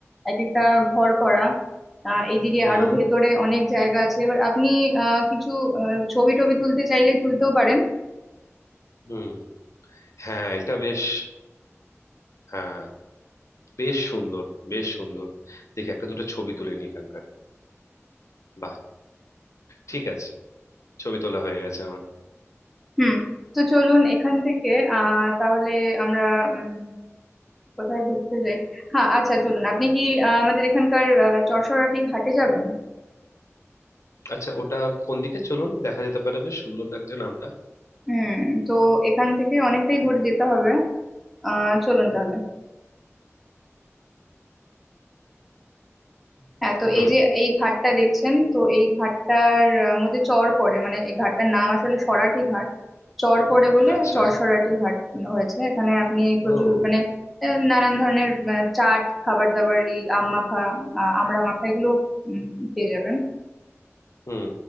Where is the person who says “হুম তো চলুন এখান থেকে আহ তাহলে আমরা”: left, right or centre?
Centre